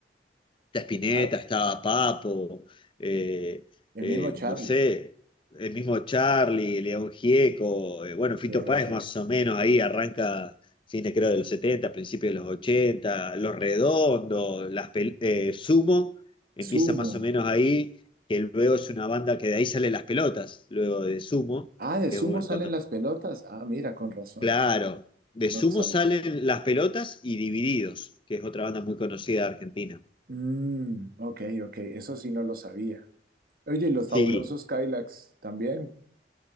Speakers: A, on the left; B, on the right.
A: Está Spinetta,
B: Ah,
A: estaba Papo, eh,
B: el
A: eh,
B: mismo Charlie,
A: no sé, el mismo Charlie, León Gieco, eh, bueno, Fito
B: de
A: Páez
B: Ojeda.
A: más o menos ahí arranca fines creo de los 70 principios de los 80 Los Redondos, las pel- eh, Sumo, empieza
B: Sumo.
A: más o menos ahí, que luego es una banda que de ahí salen las pelotas, luego de Sumo,
B: Ah, de
A: es
B: sumo
A: un-
B: salen
A: cuando-
B: las pelotas. Ah, mira, con razón.
A: claro, de
B: No
A: Sumo
B: lo sabía.
A: salen las pelotas y Divididos, que es otra banda muy conocida de Argentina.
B: Mm, ok, ok, eso sí no lo sabía. Oye, ¿y los
A: Sí,
B: fabulosos Kylax también.